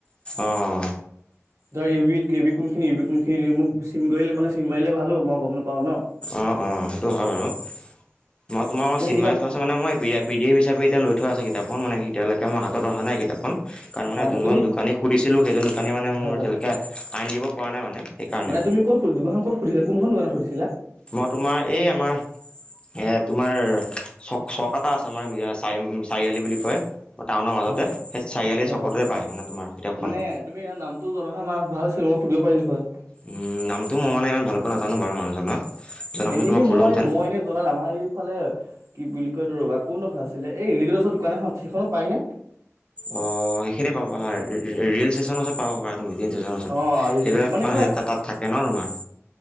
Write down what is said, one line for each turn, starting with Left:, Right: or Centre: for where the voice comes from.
Left: অঁ
Right: ধৰা উউ বিত কে বি কোনখিনি উবি কোনখিনি দিয়ে মোক চিন কৰিলে মানে চিন মাৰিলে ভাল হব মই গম নাপাওঁ ন।
Left: অ', অ', সেইটো হয় বাৰু, মই তোমাৰ মই
Right: মানে
Left: চিনমাৰি
Right: কিতাপ
Left: থোৱা আছো মানে মই পি দি এফ হিচাপে তিয়া লৈ থোৱা আছে কিতাপখন, মানে এতিয়ালৈকে মই হাতত অহ নাই কিতাপখন। কাৰণ মানে
Right: অ আচ্ছা
Left: যোনখন
Right: তুমি
Left: দোকানীক সুধছিলো, সেইজন দোকানীয়ে মানে
Right: হয়
Left: মোৰ এতিয়ালৈকে
Right: হয় হয়
Left: আনি দিব পৰা নাই মানে সেইকাৰণে।
Right: মানে তুমি ক'ত দোকানখন ক'ত সুধছিলা? কোনখন দোকানত সুধিছিলা?
Left: মই তোমাৰ এই আমাৰ এ তোমাৰ চ চক এটা আছ আমাৰ মিৰা চাৰিআম চাৰিআলি বুলি কয়। টাউনৰ মাজতে,
Right: হয়
Left: সেই চাৰিআলি
Right: হয়
Left: চকতে
Right: হয়
Left: পায় মানে তোমাৰ কিতাপখন।
Right: মানে তুমি নামটো জনা হয় মই ভাল আছিল মই সুধিব পাৰিলো হয়।
Left: উম, নামটো মই মানে ইমান ভালকৈ নাজানো বাৰু মানুহজনৰ। জনা
Right: এনে
Left: হ'লে
Right: এনেই
Left: তোমাক ক'লোহেঁতেন
Right: মই, মই এনে জনাত আমাৰ এইফালে কি বুলি কয় এইটো ৰ'বা, কোনডোখৰ আছিলে এই ৰেলি গেটৰ ওচৰত দোকান এখনত সেইখনত পাইনে?
Left: অঁ সেইখিনিয়ে পাবা ৰে'ল ষ্টেচনৰ ওচৰত পাব পাৰা তুমি, টেইন ষ্টেনৰ ওচৰত,
Right: অ ৰিচেপচনত
Left: সেইবিলাক
Right: মানে
Left: তাৰ
Right: কিবা
Left: তাত থাকে ন তোমাৰ।